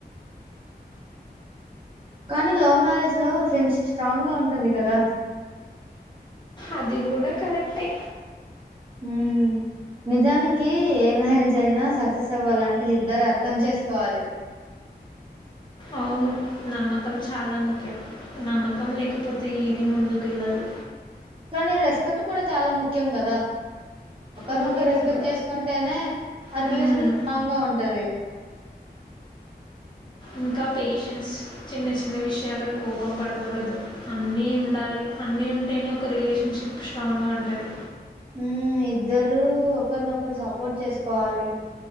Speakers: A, on the right; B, on the left.
A: కానీ లవ్ మ్యారేజ్ లో ఫ్రెండ్షిప్ స్ట్రాంగ్ గా ఉంటుంది కదా.
B: అది కూడ కరెక్టే!
A: హ్మ్ నిజానికి ఏ మ్యారేజ్ అయినా సక్సెస్ అవ్వాలంటే ఇద్దరు అర్థం చేసుకోవాలి. <inaudible>
B: అవును నమ్మకం చాలా ముఖ్యం. నమ్మకం లేకపోతే ఈది ముందుకి ఎళ్లదు.
A: కానీ రెస్పెక్ట్ కూడా చాలా ముఖ్యం కదా. ఒకరినొకరు
B: అవునే
A: రెస్పెక్ట్
B: ఇంగ
A: చేసుకుంటేనే ఆ
B: హ్మ్.
A: రిలేషన్ స్ట్రాంగ్ గా ఉంటది <inaudible>
B: ఇంకా పేషెన్స్ చిన్న చిన్న విషయాలకు కోపం పడకూడదు అన్నీ ఉండాలి. అన్నీ ఉంటేనే ఒక రిలేషన్ షిప్ స్ట్రాంగ్గా ఉంటది.
A: హ్మూ ఇద్దరు ఒకరినొకరు సపోర్ట్ చేసుకోవాలి.